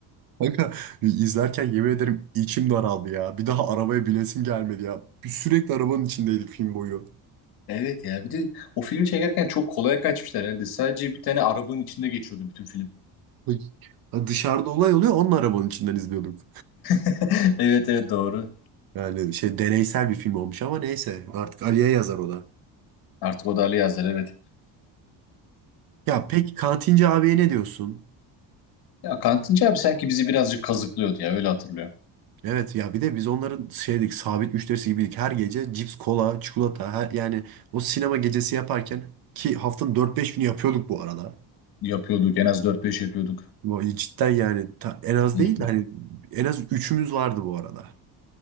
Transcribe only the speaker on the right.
Kanka izlerken yemin ederim içim daraldı ya. Bir daha arabaya binesim gelmedi ya. Biz Sürekli arabanın içindeydik film boyu.
Bak, Dışarıda olay oluyor onun arabanın içinden izliyorduk.
Yani şey deneysel bir film olmuş ama neyse artık Ali'ye yazar o da.
Ya peki kantinci abiye ne diyorsun?
Evet ya bir de biz onların şeydik sabit müşterisi gibiydik. Her gece cips, kola, çikolata her, yani o sinema gecesi yaparken ki haftanın dört beş günü yapıyorduk bu arada.
Vay, Cidden yani ta- en az
değil de hani en az üçümüz vardı bu arada.